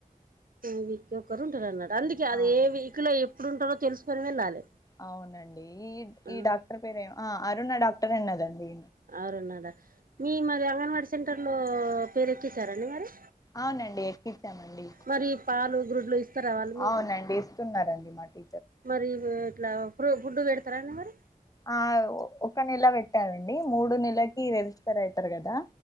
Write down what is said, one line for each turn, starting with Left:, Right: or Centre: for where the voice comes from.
Right: టూ వీక్ ఒకరు ఉంటారు అన్నట అందుకే అది
Left: ఆ
Right: ఏ వీకులో ఎప్ ప్పుడుంటారో తెలుసుకుని వెళ్ళాలి
Left: అవునండి ఈ
Right: ఆ
Left: ఈ డాక్టర్ పేరేం ఆ అరుణ డాక్టర్ అన్నదండి
Right: అరుణ డా మీ మరి అంగన్వాడీ సెంటర్లో పేరు ఎక్కిచ్చారండి మరి
Left: అవునండి ఎక్కిచ్చామండి
Right: మరి పాలు గ్రుడ్లు ఇస్తారా వాళ్ళు మీకు
Left: అవునండి తున్నారండి నాకి
Right: మరి ఉ ఇట్లా ప్రు గుడ్డు పెడతరా అండి మరి
Left: ఆ ఒక నెల పెట్టారండి మూడు నెలకి రెజిస్టర్ అయితారు కదా